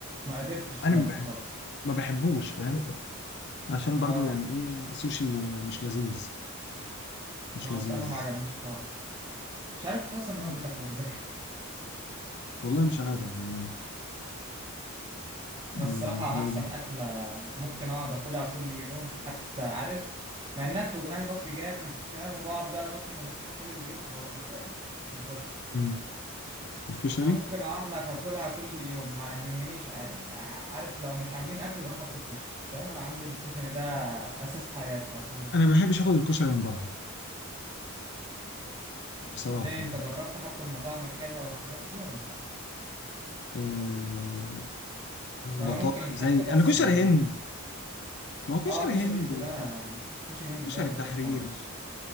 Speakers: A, on the right; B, on the left.
A: ما قدرتش
B: انا
A: بجد
B: ما بحب
A: خالص
B: ما بحبوش فاهم عشان
A: ما
B: برضو يعني ايه السوشي مش لذيذ مش
A: ما هو
B: لذيذ
A: الصراحه ما عجبنيش خالص مش عارف اصلا
B: مم.
A: الناس بتاكله ازاي <laughs>
B: والله مش عارف والله يعني
A: انا الصراحه
B: انا
A: احسن
B: بجد
A: اكله ممكن اقعد اكلها كل يوم حتى عارف مع انها بتوجعلي بطني جامد فاهم وبقعد بقى بطني منفوخه طول اليوم وببقى مش قادر الكشري
B: مم. الكشري
A: أنا ممكن اقعد لك اكلها كل يوم ما يهمنيش عادي عارف لو مش عاملين اكل بروح اطلب كشري فاهم انا عندي الكشري ده اساس حياتي او حاجه
B: انا ما بحبش اخد الكشري من بره بصراحه
A: ليه انت
B: يعني
A: جربت حتى المطاعم الحلوة والحاجات دي ولا
B: أه...
A: ولا
B: بطاطا
A: ممكن الحتة
B: زي انا
A: بس
B: كشري
A: اللي عندك
B: هند ما هو كشري
A: اه كشري
B: هند
A: هند
B: و...
A: ده
B: و-
A: كشري هند
B: وكشري
A: ده لا
B: التحرير
A: يقارن الصراحة.